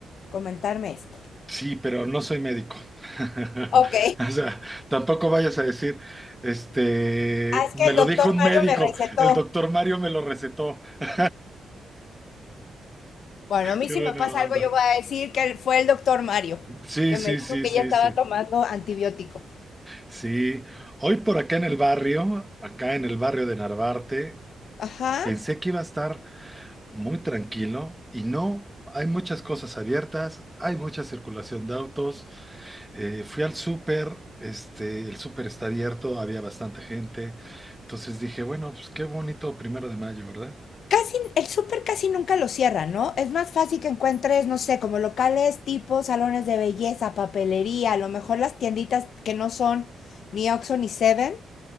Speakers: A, on the left; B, in the centre.
A: comentarme esto.
B: Sí, pero no soy médico. <laughs>
A: Ok,
B: O sea, tampoco vayas a decir, este,
A: ah, es
B: me
A: que el
B: lo
A: doctor
B: dijo un
A: Mario
B: médico,
A: me recetó
B: el doctor Mario me lo recetó. <laughs>
A: Bueno, a mí
B: Qué
A: si
B: buena
A: me pasa
B: onda.
A: algo, yo voy a decir que fue el doctor Mario,
B: Sí,
A: que
B: sí,
A: me dijo
B: sí,
A: que
B: sí,
A: ella estaba
B: sí.
A: tomando antibiótico.
B: Sí, hoy por acá en el barrio, acá en el barrio de Narvarte,
A: Ajá.
B: Pensé que iba a estar muy tranquilo y no, hay muchas cosas abiertas, hay mucha circulación de autos. Eh, fui al súper, este, el súper está abierto, había bastante gente. Entonces dije, bueno, pues qué bonito primero de mayo, ¿verdad?
A: Casi, el súper casi nunca lo cierra, ¿no? Es más fácil que encuentres, no sé, como locales tipo salones de belleza, papelería, a lo mejor las tienditas que no son ni Oxxo ni Seven,